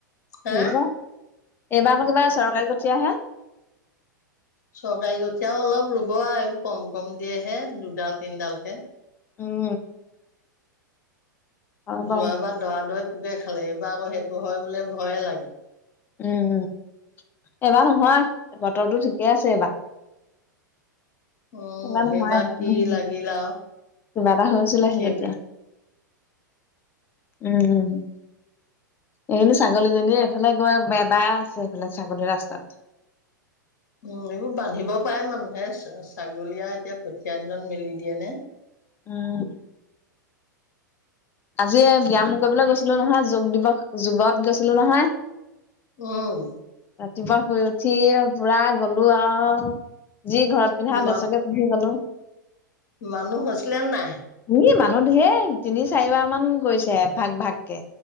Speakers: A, on the left; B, on the left.
A: হা
B: জুৰিব এইবাৰ আকৌ কিবা চৰকাৰী কঠিয়া হে।
A: চৰকাৰী কঠয়াও অলপ ৰুব আৰু এই কম কম দিয়েহে, দুডাল তিনডাল কে।
B: উম। হয় বাৰু
A: যোৱাবাৰ দৰা দৰে পোকে খালে এইবাৰ আকৌ সেইটো হয় বোলে, ভয়ে লাগে।
B: উম, এইবাৰ নহয়, বতৰটো ঠিকে আছে এইবাৰ।
A: উম,
B: এইবা নহয়,
A: সেইবাৰ কি
B: <unintelligible>
A: লাগিল আৰু
B: কিবা এটা হৈছিলেহে
A: সেই
B: তেতিয়া। উম। এইখিনি ছাগলীজনীয়ে এইফালে ক'বাত বেবাই আছে এইফালে, ছাগলী ৰাস্তাত।
A: উম, এইবোৰ বান্ধিব পাৰে মানুহে, ছা-ছাগলী আৰু এতিয়া কঠীয়া দিনত মেলি দিয়ে নে?
B: উম। আজি এই ব্যায়াম কৰিবলৈ গৈছিলো নহয়, যোগ দিৱস যোগত গৈছিলো নহয়।
A: উম।
B: ৰাতিপুৱা শুই উঠি পুৰা গ'লো আৰু যি ঘৰত পিন্ধা
A: মান
B: দেচকে পিন্ধি গলোঁ।
A: মানুহ হৈছিলে নাই?
B: ই মানুহ ঢেৰ তিনি চাৰিবাৰ মান কৰিছে ভাগ ভাগকে।